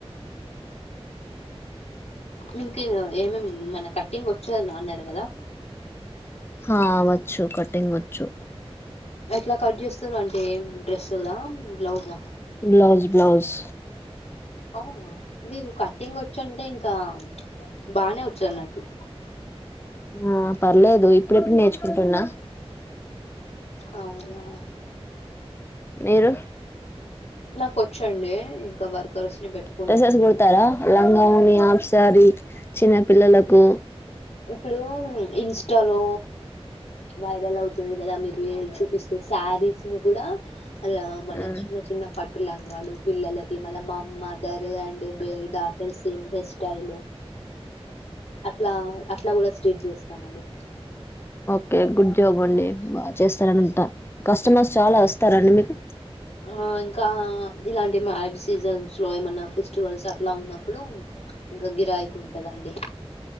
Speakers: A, on the left; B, on the left.
A: మీంక్ ఏ మేం మన కట్టింగ్ ఒచ్చు అన్నారు కదా
B: హ వచ్చు కట్టింగ్ వచ్చు
A: ఎట్లా కట్ చేస్తారు అంటే ఎం డ్రెస్లా బ్లౌజా
B: బ్లాౌజ్ బ్లాౌజ్
A: అవున మీకు కట్టింగ్ ఒచ్చంటే ఇంకా బానే ఒచ్చన్నట్టు
B: ఆ పర్లేదు ఇప్పుడిప్పుడు నేర్చుకుంటున్నా
A: అవునా
B: మీరు
A: నాకు వచ్చండి ఇంకా వర్కర్స్. ని పెట్టుకున్నాం
B: డ్రెస్సెస్ కుడతారా. లంగావోని ఆఫ్ సారీ చిన్న పిల్లలకు,
A: ఇప్పుడు ఇన్స్టాలో వైరల్ అవుతది కదా మీరు చూపిస్తే శారీస్ ని కూడా అలా మన
B: మ్మ్
A: చిన్న చిన్న పట్ లంగాలు పిల్లలకి మళ్ళ మా మదర్ అండ్ బే డాటర్ సేమ్ డ్రెస్ స్టైల్ అట్లా. అట్లా కూడా స్ట్రేట్ చేస్తా. స్తామండి.
B: ఒకే గుడ్ జాబ్ అండి బాగా చేస్తారని ఉంటా కస్టమర్స్ చాలా వస్తారండి మీకు.
A: ఆ ఇంకా ఇలాంటి మ్యారేజ్ సీజన్స్ లో ఏమన్నా ఫెస్టివల్స్ అట్లా ఉన్నప్పుడు ఇంకా గిరాయికి ఉంటదండి.